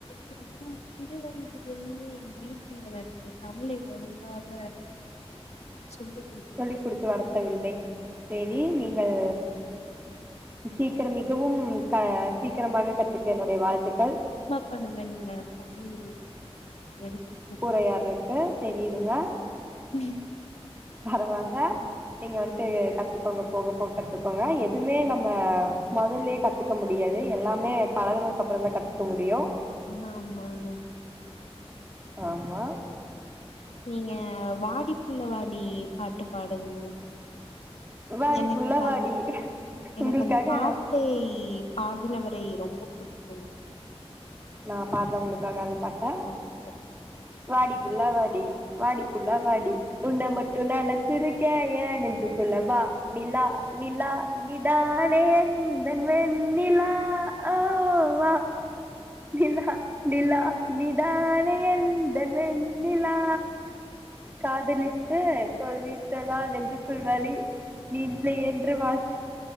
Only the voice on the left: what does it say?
<inaudible> சிறு வயதிலிருந்து என் வீட்டில் எனக்கு தமிழை ஒழுங்காக சொல்லிகுடுக்
படமென்னுங்க தமிழ் எழுத்து
ம்
ம்
ம்.
ஆமாங்க
நீங்க வாடி புள்ள வாடி பாட்டு பாடுங்க
எனக்கு
அந்
எனக்கு அந்த பாட் பாட்டை பாடினவரை ரொம்போ பிடிக்கும்
<unintelligible>